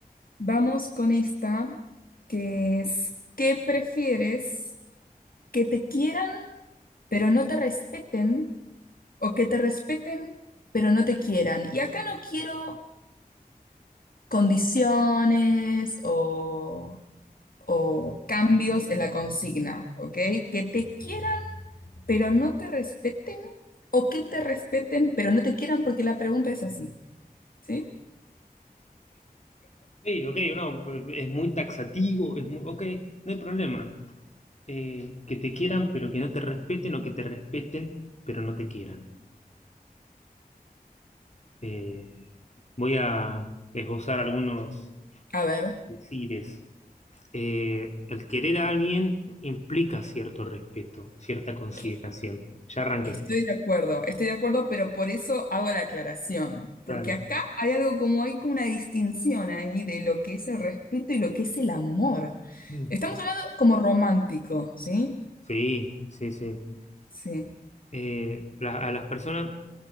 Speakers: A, on the left (about 70°); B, on the left (about 45°).
A: vamos con esta, que es, ¿qué prefieres? ¿Que te quieran pero no te respeten? ¿O que te respeten pero no te quieran? Y acá no quiero condiciones o, o cambios en la consigna, ¿ok? Que te quieran pero no te respeten o que te respeten, pero no te quieran porque la pregunta es así, ¿sí?
B: Ok, ok, no, es muy taxativo, es muy... Ok, no hay problema. Eh, que te quieran, pero que no te respeten, o que te respeten, pero no te quieran. Eh, voy a esbozar algunos
A: A ver,
B: decires. Eh, el querer a alguien implica cierto respeto, cierta consideración.
A: que-
B: Ya arranqué.
A: estoy de acuerdo, estoy de acuerdo, pero por eso hago la aclaración,
B: Claro.
A: porque acá hay algo como hay como una distinción ahí de lo que es el respeto y lo que es el amor.
B: Mm.
A: Estamos hablando como romántico, ¿sí?
B: Sí, sí, sí.
A: Sí,
B: Eh, la- a las personas